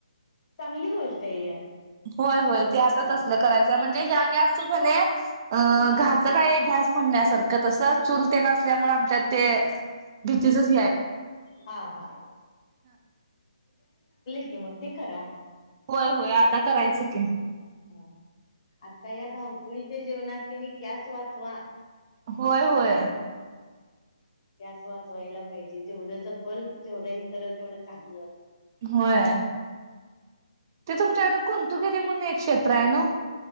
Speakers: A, on the left; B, on the right.
A: चांगली गोष्ट आहे या
B: होय होय. ते आता
A: हो
B: तसल करायचं. ते गँस घ
A: हा
B: का म्हणण्यासारखं तसं चूल तेन असल्यामुळे आमच्यात ते बीसच
A: हा हा कि मतिकार
B: होय होय आता करायचं क
A: हम आता या धावपळीच्या जेवणत कनी गॅस वाचवा.
B: होय होय
A: आणि गॅस वाचवायला पाहिजे जेवढं जपल जेवढं हे करल तेवढं चांगलं.
B: होय. ते तुमच्याकडे कोुंतुगिरी म्हणून एक क्षेत्र आहे ना